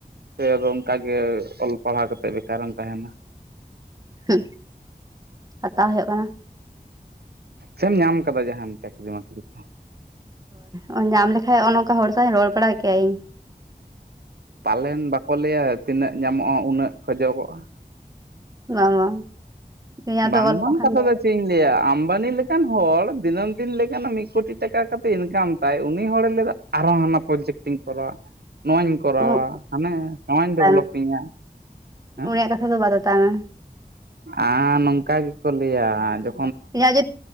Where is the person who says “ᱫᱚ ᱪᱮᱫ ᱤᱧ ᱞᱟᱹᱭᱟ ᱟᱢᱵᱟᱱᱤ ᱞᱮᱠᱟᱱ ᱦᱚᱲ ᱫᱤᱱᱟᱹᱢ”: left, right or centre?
Right